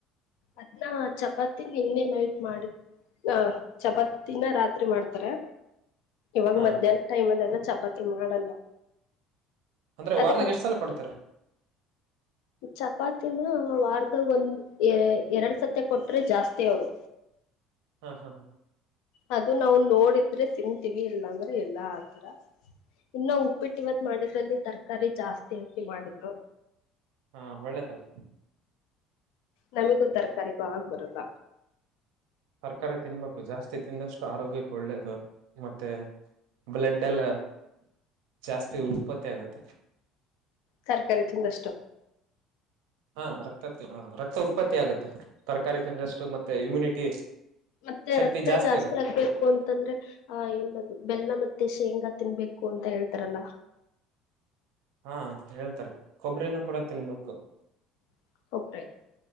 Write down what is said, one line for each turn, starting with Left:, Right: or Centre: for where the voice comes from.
Left: ಅನ್ನ ಚಪಾತಿ ನಿನ್ನೆ ನೈಟ್ ಮಾಡಿ ಹಾ ಚಪಾತಿನ ರಾತ್ರಿ ಮಾಡ್ತಾರೆ ಇವಾಗ
Right: ಹಾ
Left: ಮಧ್ಯಾಹ್ನ ಟೈಮ್ ಅಲ್ಲಿ ಎಲ್ಲಾ ಚಪಾತಿ ಮಾಡಲ್ಲ
Right: ಅಂದ್ರೆ
Left: ಅದೇ
Right: ವಾರದಗೆಷ್ಟಸಲ್ಲ ಕೊಡ್ತಾರೆ
Left: ಚಪಾತಿನ ವಾರದ ಒಂದ್ ಎರಡ್ ಸತಿ ಕೊಟ್ರೆ ಜಾಸ್ತಿ ಅವರು
Right: ಹಾ ಹಾ ಹಾ
Left: ಅದು ನಾವು ನೋಡಿದ್ರೆ ತಿನ್ಂತೀವಿ ಇಲ್ಲ ಅಂದ್ರೆ ಎಲ್ಲಾ ಆತರ ಇನ್ನು ಉಪ್ಪಿಟ್ಟು ಇವತ್ ಮಾಡಿದ್ರಲ್ಲಿ ತರ್ಕಾರಿ ಜಾಸ್ತಿ ಹಾಕಿ ಮಾಡಿದ್ರು
Right: ಹಾ ಒಳ್ಳೇದಲ್ಲ
Left: ನಮಿಗೂ ತರಕಾರಿಗೂ ಆಗ್ ಬರಲ್ಲ
Right: ತರಕಾರಿ ತಿನ್ಬೇಕು ಜಾಸ್ತಿ ತಿಂದಷ್ಟು ಆರೋಗ್ಯಕ್ಕೆ ಒಳ್ಳೇದು ಮತ್ತೆ ಬ್ಲಡ್ ಎಲ್ಲ ಜಾಸ್ತಿ ಉತ್ಪತ್ತಿ ಆಗುತ್ತೆ
Left: ತರಕಾರಿ ತಿಂದಷ್ಟು
Right: ಹಾ ರಕ್ತ ರಕ್ತ ಉತ್ಪತ್ತಿ ಆಗುತ್ತೆ ತರಕಾರಿ ತಿಂದಷ್ಟ್ಟು ಮತ್ತೆ ಇಮ್ಯುನಿಟಿ
Left: ಮತ್ತೆ
Right: ಶಕ್ತಿ
Left: ರಕ್ತ ಜಾಸ್ತಿ
Right: ಆಗುತ್ತೆ
Left: ಆಗ್ಬೇಕು ಅಂತಂದ್ರೆ ಆ ಏ ಬೆಲ್ಲ ಮತ್ತೆ ಶೇಂಗಾ ತಿನ್ಬೇಕು ಅಂತ ಹೇಳ್ತಾರಲ್ಲ
Right: ಹಾ ಹೇಳ್ತಾರೆ ಕೊಬ್ಬರಿನೂ ಕೂಡ ತಿನ್ಬೇಕು <unintelligible>
Left: <inaudible>